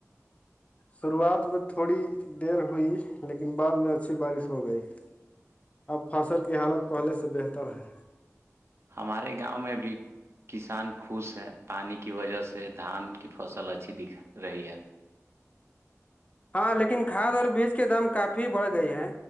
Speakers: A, on the left; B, on the right.
A: شروعات میں تھوڑی دیر ہوئی لیکن بعد میں اچھی بارش ہو گئی اب فصل کی حالت پہلے سے بہتر ہے
B: ہمارے گاؤں میں بھی کسان خوش ہے پانی کی وجہ سے دھان کی فصل اچھی دکھ رہی ہے
A: ہاں لیکن کھاد اور بیج کے دام کافی بڑھ گئے ہے